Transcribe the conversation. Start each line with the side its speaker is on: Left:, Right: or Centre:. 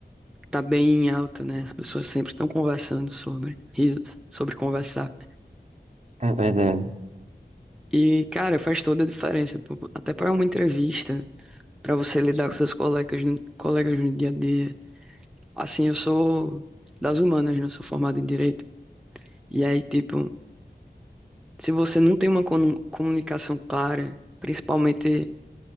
Centre: tá bem em alta, né? As pessoas sempre estão conversando sobre risos, sobre conversar.
Right: É verdade.
Centre: E, cara, faz toda a diferença, pô. Até para uma entrevista, para você lidar
Right: Sim.
Centre: com seus colegas no, colegas no dia a dia. Assim, eu sou das humanas, né? Eu sou formado em direito. E aí, tipo, se você não tem uma comu- comunicação clara, principalmente